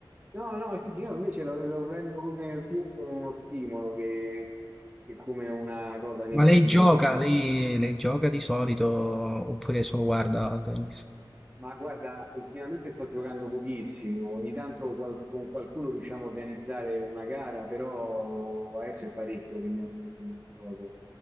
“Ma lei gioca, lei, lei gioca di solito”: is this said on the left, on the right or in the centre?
Centre